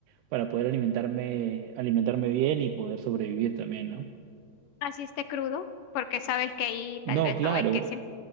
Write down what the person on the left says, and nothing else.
Así esté crudo, porque sabes que ahí
tal vez
no es que